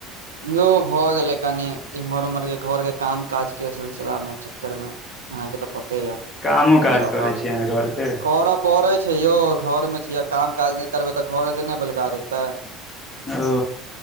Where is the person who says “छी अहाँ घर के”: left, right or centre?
Left